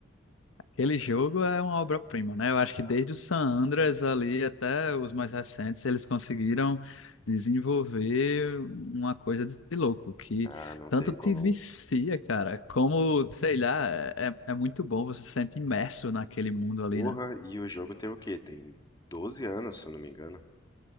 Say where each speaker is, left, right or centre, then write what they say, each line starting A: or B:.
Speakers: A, on the left (about 80°); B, on the left (about 20°).
A: Aquele jogo é uma obra-prima, né? Eu acho que
B: Ah,
A: desde o San Andreas ali até os mais recentes, eles conseguiram desenvolver uma coisa de de louco, que
B: ah, não
A: tanto
B: tem
A: te
B: como.
A: vicia, cara, como, sei lá, é, é é muito bom, você se sente imerso naquele mundo ali,
B: Porra,
A: né?
B: e o jogo tem o quê? Tem 12 anos, se eu não me engano.